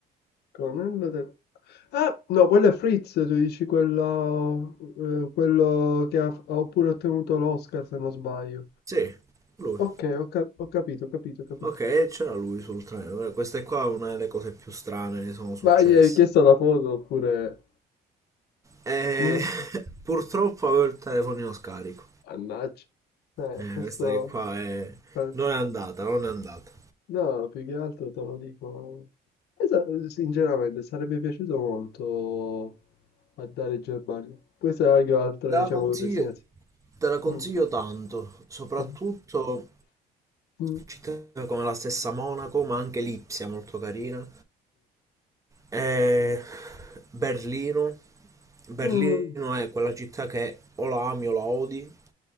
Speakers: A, on the left; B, on the right.
A: colonnello del... Ah, no, quello è Fritz, tu dici quello, eh, quello che ha, ha pure ottenuto l'Oscar, se non sbaglio.
B: sì lui
A: Ok, ho, cap- ho capito, ho capito, ho capito.
B: ok c'era lui sul treno Eh, questa è qua è una delle cose più strane che sono successe
A: Ma gli hai chiesto la foto oppure...
B: Eh,
A: Mm,
B: <laughs> purtroppo avevo il telefonino scarico.
A: mannaggia. Eh,
B: Eh,
A: questo...
B: questa che qua è...
A: eh,
B: non è andata, non è andata.
A: No, più che altro te lo dico... Eh, sa- Sinceramente, sarebbe piaciuto molto andare in Germania. Questa è anche un'altra,
B: Te
A: diciamo,
B: la consiglio,
A: destinazione.
B: te la consiglio
A: Mm.
B: tanto, soprattutto
A: Mm. Mm.
B: città come la stessa Monaco, ma anche Lipsia molto carina. Eh, Berlino. Berlino
A: Mm.
B: è quella città che o la ami o la odi,